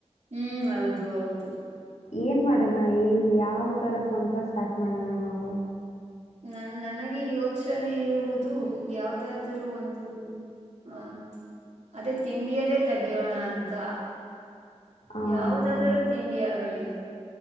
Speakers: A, on the right (about 75°); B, on the left (about 70°).
A: ಹ್ಮ್ ಹೌದು ಹೌದು.
B: ಏನ್ ಮಾಡಣ ಹೇಳಿ ಯಾವ ತರ ಸ್ವಂತ ಸ್ಟಾರ್ಟ್ ಮಾಡೋಣ ನಾವು.
A: ನನ್ ನನಗೆ ಯೋಚನೆ ಇರುವುದು ಯಾವ್ದಾದರೂ ಒಂದು ಅಹ ಅದೇ ತಿಂಡಿಯಲ್ಲೇ ತೆಗಿಯೋಣ ಅಂತ.
B: ಆ,
A: ಯಾವುದಾದರೂ ತಿಂಡಿ ಆಗಲಿ